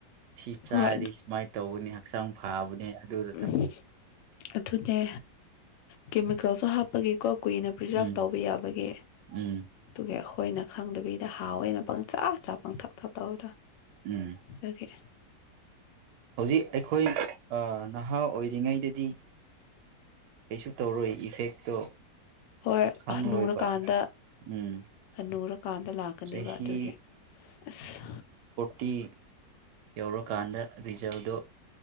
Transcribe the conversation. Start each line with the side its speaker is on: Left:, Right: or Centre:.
Right: ꯁꯤ ꯆꯥꯔꯗꯤ
Left: ꯍꯣꯏ
Right: ꯁꯨꯃꯥꯏ ꯇꯧꯒꯅꯤ ꯍꯛꯆꯥꯡ ꯐꯥꯕꯅꯦ ꯑꯗꯨꯗꯨꯇ
Left: ꯎꯝ ꯑꯗꯨꯅꯦ ꯀꯦꯃꯤꯀꯜꯁꯨ ꯍꯥꯞꯄꯒꯤꯀꯣ ꯀꯨꯏꯅ ꯄ꯭ꯔꯤꯖꯥꯞ
Right: ꯎꯝ
Left: ꯇꯧꯕ ꯌꯥꯕꯒꯦ
Right: ꯎꯝ
Left: ꯇꯨꯒꯦ ꯑꯈꯣꯏꯅ ꯈꯪꯗꯕꯤꯗ ꯍꯥꯎꯋꯦꯅ ꯄꯪꯆꯥꯥ ꯆꯥ ꯄꯪꯊꯛ ꯊꯇꯧꯗ
Right: ꯎꯝ
Left: ꯗꯨꯒꯤ
Right: ꯍꯧꯖꯤꯛ ꯑꯩꯈꯣꯏ ꯑꯥ ꯅꯍꯥ ꯑꯣꯏꯔꯤꯉꯩꯗꯗꯤ ꯀꯩꯁꯨ ꯇꯧꯔꯣꯏ ꯏꯐꯦꯛꯇꯣ
Left: ꯍꯣꯏ
Right: ꯈꯪꯂꯣꯏꯕ
Left: ꯍꯥꯅꯨꯔꯀꯥꯟꯗ
Right: ꯎꯝ
Left: ꯍꯅꯨꯔꯀꯥꯟꯗ ꯂꯥꯛ ꯀꯅꯤꯕ
Right: ꯆꯍꯤ
Left: ꯑꯗꯨꯒꯤ ꯑꯁ
Right: ꯇꯤ ꯌꯧꯔꯀꯥꯟꯗ ꯔꯤꯖꯜꯗꯣ